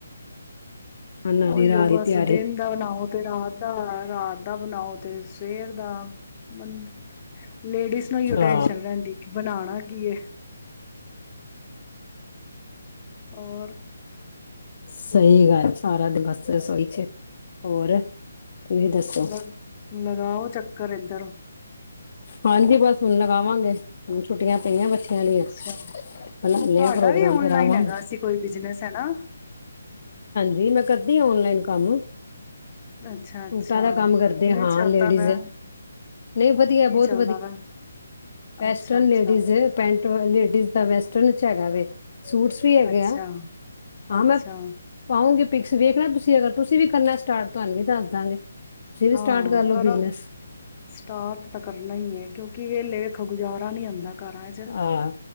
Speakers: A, on the left; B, on the left.
A: ਖਾਣਾ
B: ਉਹੀਓ
A: ਦੀ ਰਾਤ ਦੀ
B: ਬਸ
A: ਤਿਆਰੀ
B: ਦਿਨ ਦਾ ਬਣਾਓ ਰਾਤ ਦਾ ਰਾਤ ਦਾ ਬਣਾਓ ਤੇ ਸਵੇਰ ਦਾ ਮੰ ਲੇਡੀਜ਼ ਨੂੰ ਹੀਓ
A: ਹਾਂ
B: ਟੈਨਸ਼ਨ ਰਹਿੰਦੀ ਕਿ ਬਣਾਉਣਾ ਕੀ ਹੈ ਔਰ
A: ਸਹੀ ਗੱਲ ਸਾਰਾ ਦਿ ਬਸ ਸੋਹੀ ਚ ਹੋਰ ਤੁਸੀਂ ਦੱਸੋ
B: ਲ ਲਗਾਓ ਚੱਕਰ ਇੱਧਰ
A: ਹਾਂਜੀ ਬਸ ਹੁਣ ਲਗਾਵਾਂਗੇ ਛੁੱਟੀਆਂ ਪਈਆਂ ਬੱਚਿਆਂ
B: ਅੱਛਾ
A: ਦੀਆਂ ਬਣਾਉਂਦੇ
B: ਤੁਹਾਡਾ
A: ਆ ਪ੍ਰੋਗਰਾਮ
B: ਵੀ ਓਨਲਾਈਨ
A: ਫਿਰ ਆਵਾਂਗੇ
B: ਹੈਗਾ ਅਸੀ ਕੋਈ ਬਿਜਨਸ ਹੈ ਨਾ
A: ਜ ਮੈਂ ਕਰਦੀ ਹ ਔਨਲਾਈਨ ਕੰਮ ਸੂਟਾਂ
B: ਅੱਛਾ ਅੱਛਾ
A: ਦਾ ਕੰਮ ਕਰਦੇ
B: ਕਿਵੇਂ
A: ਹਾਂ
B: ਚੱਲਦਾ
A: ਲੇਡੀਜ਼
B: ਪਿਆ
A: ਨਹੀਂ ਵਧੀਆ
B: ਕੀ
A: ਬਹੁਤ
B: ਚੱਲਦਾ ਪਿਆ
A: ਵੈਸਟਰਨ
B: ਅੱਛਾ ਅੱਛਾ
A: ਲੇਡੀਜ਼ ਪੈਂਟ ਲੇਡੀਜ਼ ਦਾ ਵੈਸਟਰਨ ਚ ਹੈਗਾ ਵ ਸੂਟਸ ਵੀ ਹੈਗੇ
B: ਅੱਛਾ
A: ਆ ਹਾਂ
B: ਅੱਛਾ
A: ਮੈਂ ਪਾਉਂਗੀ ਪਿਕਸ ਵੇਖਣਾ ਤੁਸੀਂ ਅਗਰ ਤੁਸੀਂ ਵੀ ਕਰਨਾ ਸਟਾਰਟ ਤੁਹਾਨੂੰ ਵੀ ਦੱਸ ਦਾਂਗੇ ਤੁਸੀਂ ਵੀ
B: ਹਾਂ
A: ਸਟਾਰਟ ਕਰ ਲਓ
B: ਕਰਾਂ
A: ਬਿਜਨਸ
B: ਸਟਾਰਟ ਤਾਂ ਕਰਨਾ ਹੀ ਹੈ। ਕਿਉਂਕਿ ਵੇਲੇ ਰਖਾ ਗੁਜ਼ਾਰਾ ਗੁਜਾ ਨਹੀਂ ਹੁੰਦਾ। ਘਰਾਂ ਚ
A: ਹਾਂ